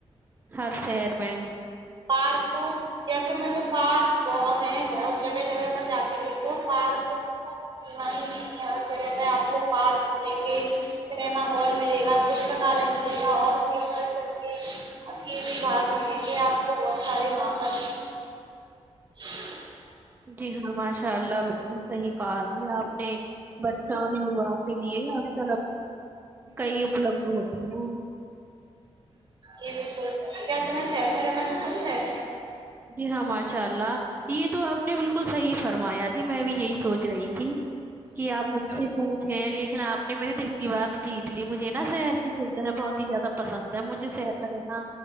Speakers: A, on the right; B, on the right.
A: ہر شہر میں
B: پارک جے پور میں تو پارک بہت ہے بہت جگہ جگہ پر جا کے دیکھ لو پارک کچھ سیم ہی نہیں ہے ہر جگہتا آپ کو پارک ملیں گے سنیما ہال ملے گا پستکالیہ ملے گا اور کلسر کے کی بھی بھاگ ملیں گے آپ <unintelligible> تو بہت سارے وہاں پر <unintelligible>
A: جی ہاں ماشاء اللہ بالکل صحیح کہا ہے آپ نے بچوں اور یواؤں کے لیے آ طرف کئی اپلبد ہوتے ہیں
B: جی بالکل کیا تمہیں شہر میں جینا <unintelligible> ان ہے <unintelligible>
A: جی ہاں ماشاء اللہ یہ تو آپ نے بالکل صحیح فرمایا جی میں بھی یہی سوچ رہی تھی کہ آپ مجھ سے پوچھیں لیکن آپ نے میرے دل <unintelligible> کی بات <unintelligible> جی دلی مجھے نا شہر کی سوھا بہت ہی زیادہ پسند ہے مجھے شہر میں رہنا